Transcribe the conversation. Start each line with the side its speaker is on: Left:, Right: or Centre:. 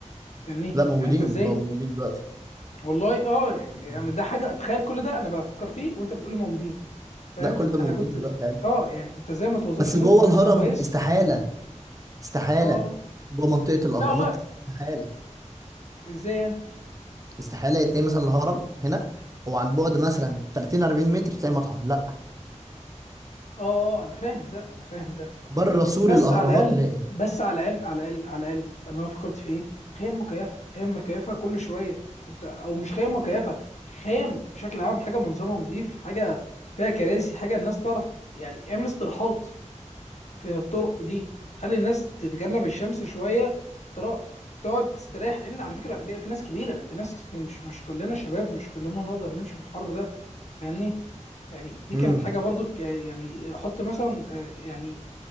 Left: فاهمني
Right: لا موجودين
Left: يعني انت ازاي
Right: بقوا موجودين دلوقتي
Left: والله اه يعني
Right: مم.
Left: انا ده حاجه اتخيل كل ده انا بفكر فيه وانت بتقول لي موجودين فاهم
Right: لا كل ده موجودين
Left: انا كنت
Right: دلوقتي
Left: اه يعني انت ازاي ما توظفش
Right: بس
Left: الناس
Right: جوه
Left: بنفس
Right: الهرم
Left: كويس
Right: استحالة استحالة
Left: اه
Right: جوه منطقة الأهرامات
Left: لا والله
Right: استحالة
Left: ازاي يعني
Right: استحالة تلاقي مثلا الهرم هنا هو عن بعد مثلا 30 40 متر تلاقي مطعم لا
Left: اه اه آه، انا فاهم ده انا فاهم ده انا فاهم
Right: بره
Left: ده
Right: سور
Left: بس
Right: الأهرامات
Left: على الاقل
Right: تلاقي
Left: بس على الاقل على الاقل على الاقل اللي انا فكرت في ايه خيام مكيفه خيام مكيفه كل شويه انت او مش خيام مكيفه خيام بشكل عام حاجه منظرها نظيف حاجه فيها كراسي حاجه الناس تعرف يعني اعمل استراحات في الطرق دي خلي الناس تتجنب الشمس شويه ترا- تقعد تستريح لان على فكره بيبقى في ناس كبيره في ناس في مش مش كلنا شباب مش كلنا نقدر نمشي في الحر ده فاهمني يعني دي
Right: امم
Left: كانت حاجه برضو ك- يعني حط مثلا آه، يعني